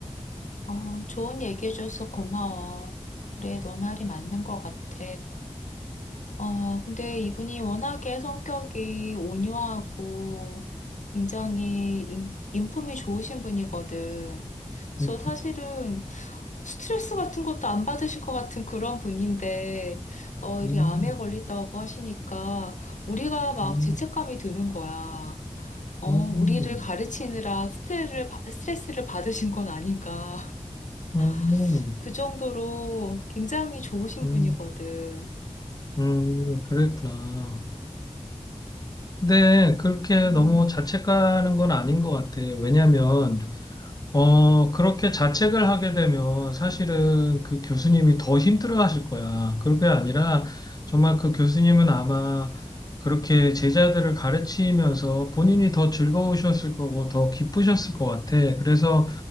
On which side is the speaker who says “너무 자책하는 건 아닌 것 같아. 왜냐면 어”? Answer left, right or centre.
Left